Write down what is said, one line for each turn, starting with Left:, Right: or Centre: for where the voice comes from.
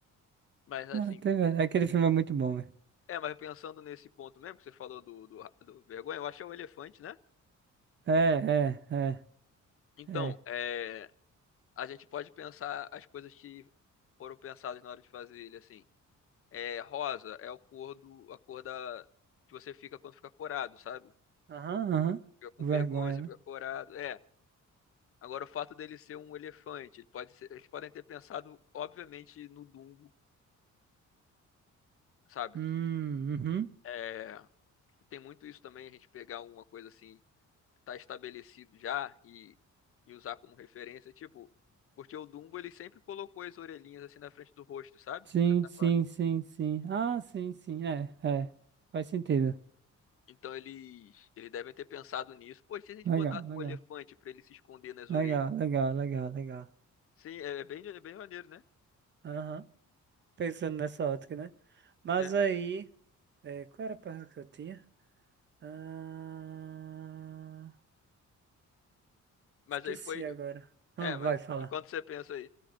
Left: Mas assim
Right: Ah, tem ver- Aquele filme é muito bom, velho.
Left: É, mas pensando nesse ponto mesmo que você falou do, do, do vergonha, eu acho que é o elefante, né?
Right: É, é, é,
Left: Então,
Right: é.
Left: é, a gente pode pensar as coisas que foram pensadas na hora de fazer ele, assim. É, rosa é o cor do, a cor da, que você fica quando fica corado, sabe?
Right: Aham, aham.
Left: Fica com
Right: Vergonha,
Left: vergonha, você
Right: né?
Left: fica corado. É. Agora, o fato dele ser um elefante, ele pode ser- eles podem ter pensado, obviamente, no Dumbo, sabe?
Right: Hum, uhum.
Left: É, tem muito isso também, a gente pegar alguma coisa assim tá estabelecido já e, e usar como referência, tipo, porque o Dumbo ele sempre colocou as orelhinhas assim na frente do rosto, sabe?
Right: Sim,
Left: Pra tapar.
Right: sim, sim, sim. Ah, sim, sim, é, é. Faz sentido.
Left: Então eles eles devem ter pensado nisso. Pô, se a gente
Right: Legal,
Left: botasse
Right: legal.
Left: um elefante pra ele se esconder nas orelhas.
Right: Legal, legal, legal, legal.
Left: Sim, é, é bem é bem maneiro, né?
Right: Aham. Pensando nessa ótica, né? Mas
Left: É.
Right: aí, é, qual era a pergunta que eu tinha? Ah,
Left: Mas
Right: esqueci
Left: aí foi,
Right: agora. Ah,
Left: é, mas
Right: vai falar.
Left: enquanto você pensa aí,